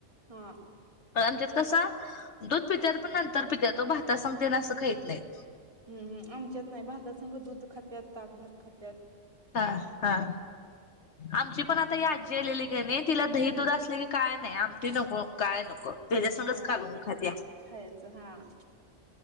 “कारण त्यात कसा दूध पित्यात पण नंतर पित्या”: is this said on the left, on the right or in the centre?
Left